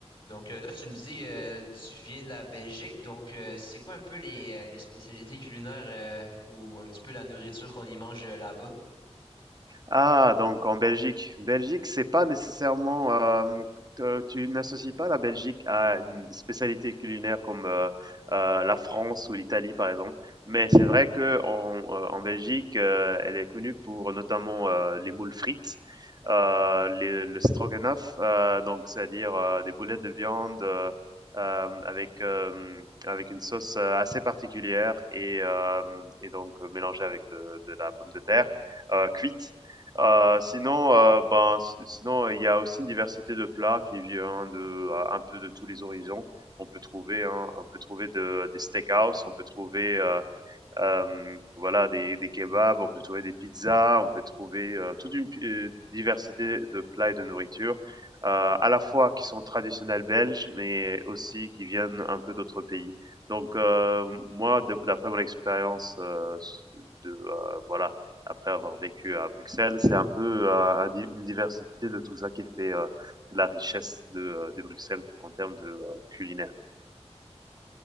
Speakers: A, on the left (about 45°); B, on the right (about 35°).
A: Donc, euh, toi, tu me dis, euh, tu viens de la Belgique, donc euh, c'est quoi un peu les, euh, les spécialités culinaires euh, ou un petit peu la nourriture qu'on y mange euh, là-bas?
B: Ah, donc en Belgique. Belgique, c'est pas nécessairement. euh, te- tu n'associes pas la Belgique à une spécialité culinaire comme euh, euh, la France ou l'Italie, par exemple. Mais c'est vrai que en, euh, en Belgique, euh, elle est connue pour notamment euh, les moules frites, euh, les- le stroganoff, euh, donc c'est-à-dire euh, des boulettes de viande. euh, euh, avec euh, avec une sauce euh, assez particulière et euh, et donc euh, mélangée avec de, de la pomme de terre euh, cuite Heu, sinon, heu, ben, si sinon il y a aussi une diversité de plats qui vient de un peu de tous les horizons. On peut trouver, hein, on peut trouver de des steakhouse, on peut trouver, heu Hem, voilà des des kebabs, on peut trouver des pizzas, on peut trouver, heu, toute une pi diversité de plats et de nourriture, heu, à la fois qui sont traditionnels belges, mais aussi qui viennent un peu d'autres pays. Donc, heu, moi de d'après mon expérience, heu, s de, heu, voilà, après avoir vécu à Bruxelles, c'est un peu, heu, un di une diversité de tout ça qui fait, heu, la richesse de, heu, de Bruxelles en termes de, heu, culinaire.